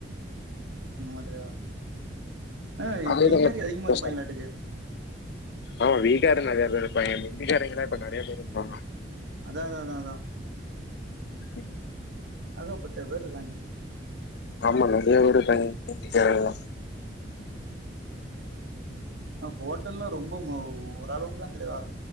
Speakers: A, on the right; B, on the left.
A: அதுல ஆ
B: அதே
A: பீஹாரி
B: தான்.
A: அதிகமா இருப்பாங்களாட்டுக்கு
B: ஆமா பீகார் நெறையா பேரு இருப்பாய்ங்க இந்த ஹிந்தி காரங்களா இப்ப நெறையா பேரு இருப்பாங்க
A: அதா அதா அதா அதா
B: சரி
A: ஏகப்பட்ட பேரு இருக்காய்ங்க
B: ஆமா நெறையா பேரு இருக்காங்க ஹிந்தி காரங்களா
A: ஆ ஹோட்டல்ல ரொம்ப ம ஓரளவுக்குதா தலைவா